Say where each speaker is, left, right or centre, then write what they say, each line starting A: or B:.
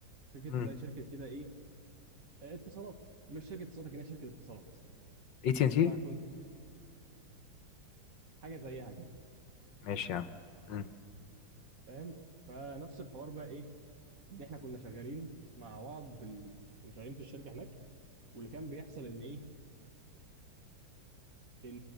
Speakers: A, on the right; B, on the left.
A: شركه
B: امم
A: زي شركه كده ايه آه، اتصالات مش شركه اتصالات لكنها شركه اتصالات
B: اي تي ان تي
A: فكنت حاجه زيها كده
B: ماشي يا عم مم.
A: فاهم فنفس الحوار بقى ايه ان احنا كنا شغالين مع بعض في ال... كنا شغالين في الشركه هناك واللي كان بيحصل ان ايه ان